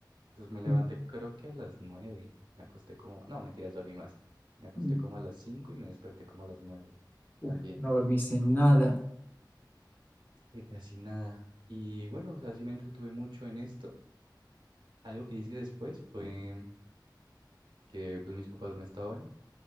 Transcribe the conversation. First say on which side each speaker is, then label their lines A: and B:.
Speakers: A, on the right (about 80°); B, on the left (about 25°).
A: Pues me levanté
B: <laughs>
A: creo que a las nueve. Me acosté como, no, mentiras, dormí más. Me acosté
B: Mm,
A: como a las cinco y me desperté como a las nueve
B: uf,
A: también.
B: No dormiste nada.
A: Sí, casi nada. Y bueno, o sea, sí me entretuve mucho en esto. Algo que hice después fue que pues mis papás no estaban